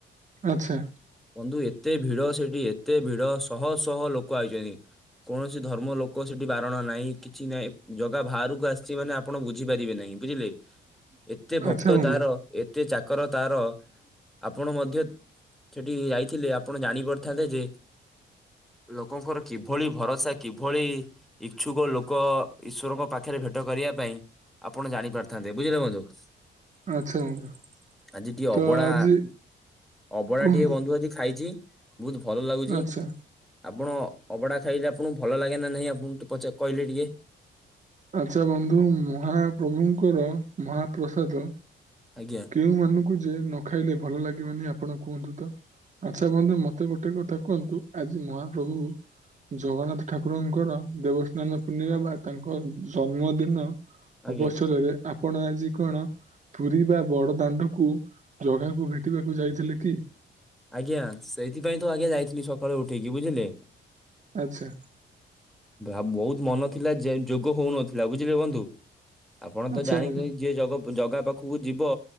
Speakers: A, on the right; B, in the centre.
A: ଆଛା।
B: ବନ୍ଧୁ ଏତେ ଭିଡ ସେଠି ଏତେ ଭିଡ ଶହ ଶହ ଲୋକ ଆଇଚନ୍ତି। କୌଣସି ଧର୍ମ ଲୋକ ସେଠି ବାରଣ ନାହିଁ କିଛି ନାଇଁ ଜଗା ବାହାରକୁ ଆସିଛି ମାନେ ଆ ଆପଣ ବୁଝିପାରିବେ ନାହିଁ ବୁଝିଲେ ଏତେ ଭକ୍ତ
A: ଆଚ୍ଛା ବନ୍ଧୁ।
B: ତାର ଏତେ ଚାକର ତାର। ଆପଣ ମଧ୍ୟ ସେଠି ଯାଇଥିଲେ ଆପଣ ଜାଣି ପାରିଥାନ୍ତେ ଯେ- ଲୋକଙ୍କର କିଭଳି ଭରସା କିଭଳି। ଇଚ୍ଛୁକ ଲୋକ ଇଶ୍ୱରଙ୍କ ପାଖରେ ଭେଟ କରିବା ପାଇଁ - ଆପଣ ଜାଣି ପାରିଥାନ୍ତେ ବୁଝିଲେ ବଂଧୁ ସ
A: ଆଚ୍ଛା ବନ୍ଧୁ
B: ଆଜି ଟିକେ
A: ତ
B: ଅବଢା-
A: ଆଜି
B: ଅବଢ଼ା
A: କୁହନ୍ତୁ
B: ଟିକେ ବଂଧୁ ଆଜି ଖାଇଚି ବହୁତ ଭଲ ଲାଗୁଛି।
A: ଆଚ୍ଛା
B: ଆପଣ ଅଭଡ଼ା ଖାଇଲେ ଆପଣଙ୍କୁ ଭଲ ଲାଗେ ନା ନାହିଁ ଆପ ଆପଣ ଙ୍କୁ ପଚା - କହିଲେ ଟିକେ।
A: ଆଚ୍ଛା ବନ୍ଧୁ ମହାପ୍ରଭୁଙ୍କର ମହାପ୍ରସାଦ।
B: ଆଜ୍ଞା।
A: କେଉଁମାନଙ୍କୁ ଯେ ନ ଖାଇଲେ ଭଲ ଲାଗିବନି ଆପଣ କୁହନ୍ତୁ ତ। ଆଚ୍ଛା ବନ୍ଧୁ ମତେ ଗୋଟେ କଥା କୁହନ୍ତୁ ଆଜି ମହାପ୍ରଭୁ ଜଗନ୍ନାଥ ଠାକୁରଙ୍କର ଦେବସ୍ନାନ ପୂର୍ଣ୍ଣିମା ବା ତାଙ୍କ ଜନ୍ମଦିନ
B: ଆଜ୍ଞା
A: ଅବସରରେ ଆପଣ ଆଜି କଣ ପୁରୀ ବା ବଡ ଦାଣ୍ଡକୁ ଜଗାକୁ ଭେଟିବାକୁ ଯାଇଥିଲେ କି?
B: ଆଜ୍ଞା ସେଇଥିପାଇଁ ତ ଆଜ୍ଞା ଯାଇଥିଲି ସଖାଳୁ ଉଠିକି ବୁଝିଲେ।
A: ଆଚ୍ଛା।
B: ଆ ବହୁତ ମନ ଥିଲା ଯେ ଯୋଗ ହଉ ନଥିଲା ବୁଝିଲେ ବଂଧୁ। ଆପଣ
A: ଆଚ୍ଛା
B: ତ ଜାଣି
A: ବନ୍ଧୁ
B: ଯିଏ ଜଗ ଜଗା ପାଖକୁ ଯିବ